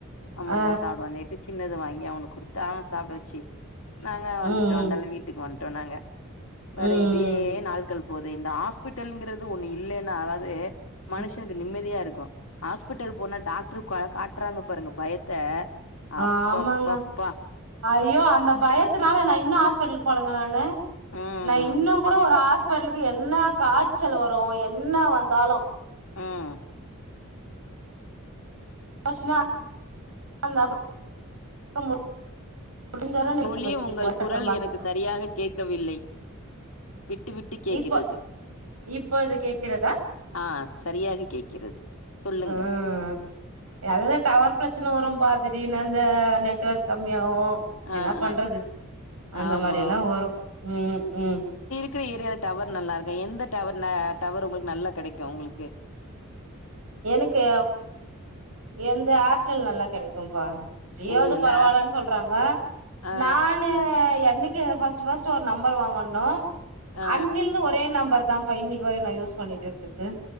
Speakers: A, on the left; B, on the right.
A: அவ
B: ஆ.
A: மட்டும்தா சாப்பிடுவானேட்டு சின்னத வாங்கி அவனுக்கு குடுத்த அவன சாப்பிட வச்சு நாங்க
B: ம்.
A: வந்துட்டோ அந்தால வீட்டுக்கு வந்துட்டோ நாங்க
B: ம்.
A: வேற இப்டியே நாள்கள் இப்போது இந்த ஹாஸ்பிட்டல்ங்கிறது ஒண்ணு இல்லைன்னு அதாவது மனுஷனுக்கு
B: ம்.
A: நிம்மதியா இருக்கு ஹாஸ்பிட்டல் போனா டாக்டரு காட்டுறாங்க பாருங்க பயத்த அப்பப்பப்
B: ஆமாங்க.
A: பா
B: ஐயோ அந்த பயத்துனால நா இன்னு ஹாஸ்பிட்டலுக் போலங்க நானு
A: ம்
B: நா இன்னு கூட ஒரு ஹாஸ் பிட்டலுக்கு என்னா காய்ச்சல் வரு என்னா வந்தாலு
A: ம்
B: பஸ்லா <inaudible> <unintelligible> முடிஞ்சர
A: தோழி
B: வச்சுக்கிட்டு
A: உங்கள்
B: கட்டுற
A: குரல்
B: மாத்த
A: எனக்கு சரியாகக் கேட்கவில்லை விட்டு விட்டஇ கேக்கிறது
B: இப்ப இப்ப இது கேக்குறதா
A: ஆ சரியாக கேக்கிறது சொல்லுங்க
B: ம் அதுதா டவர் பிரச்சன வரு பா திடீர்னு அந்த நெட்வொர்க் கம்மியாவு என்னா
A: ஆ
B: பண்றது
A: ஆ
B: அந்த
A: ஆமா
B: மாரில்லா வரு உம் உம்
A: க்கிற ஏரியால டவர் நல்லா இருக்கு எந்த டவர் ன டவர் உங்ளுக்கு நல்லா கெடைக்கு உங்ளுக்கு
B: எனக்கு எந்த ஆர்டெல் நல்லா கெடைக்கும்பா ஜியோது
A: உங்க இதுல
B: பரவாயில்லன்
A: ஏர்ட்
B: சொல்றாங்க
A: ஆ
B: நான் <inaudible> என்னைக்கு ஃபஸ்ட்டு ஃபஸ்ட்டு ஒரு நம்பர் வாங்கன்னோ
A: ஆ
B: அண்ணிலந்து ஒரே நம்பர் தா ப்ப இன்னைக் வர நா யூஸ் பண்ணிட்டு இருக்கர்து